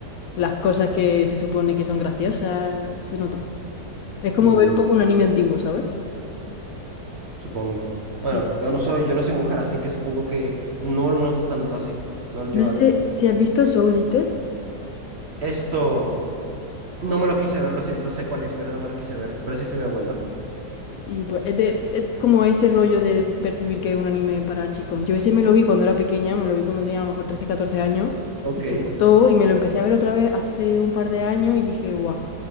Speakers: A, on the left; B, on the right.
A: las cosas que se supone que son graciosas. Se nota. Es como
B: Mm,
A: ver un poco un anime antiguo, ¿sabes?
B: supongo. Bueno,
A: Sí.
B: yo no soy, yo no soy mujer, así que supongo que no lo noto tanto así. No, yo
A: No sé
B: al-
A: si has visto Soul Eater.
B: esto no me lo quise ver, lo siento, sé cuál es, pero no me lo quise ver, pero sí se ve bueno.
A: Sí, pues es, de- es como ese rollo de percibir que es un anime para chicos. Yo ese me lo vi cuando era pequeña, me lo vi cuando tenía a lo mejor 13, 14 años
B: Ok,
A: y me encantó y me lo empecé a ver otra vez hace un par de años y dije, guau,